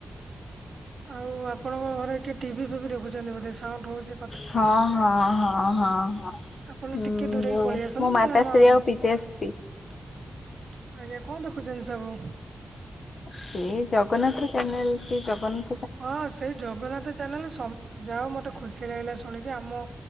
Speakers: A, on the right (about 55°); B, on the left (about 50°).
A: ଆଉ ଆପଣଙ୍କ ଘରେ କିଏ ଟିଭି ଫିଭି ଦେଖୁଛନ୍ତି ବୋଧେ ସାଉଣ୍ଡ ହଉଚି?
B: ହଁ ହଁ ହଁ ହଁ ହଁ।
A: ଆପଣ
B: ହୁଁ
A: ଟିକେ ଦୂରେଇକି
B: ଯୋଉ
A: ପଳେଇ ଆସନ୍ତୁ
B: ମୋ
A: ନହେଲେ
B: ମାତାଶ୍ରୀ
A: ଆମ ଆଜ୍ଞା
B: ଆଉ ପିତାଶ୍ରୀ।
A: କଣ ଦେଖୁଚନ୍ତି ସବୁ?
B: ସେ ଜଗନ୍ନାଥ ଚ୍ୟାନେଲ ସେ ଜଗନ୍ନା
A: ହଁ ସେଇ ଜଗନ୍ନାଥ ଚ୍ୟାନେଲ ସବ ଯାହା ହଉ ମତେ ଖୁସି ଲାଗିଲା ଶୁଣିକି ଆମ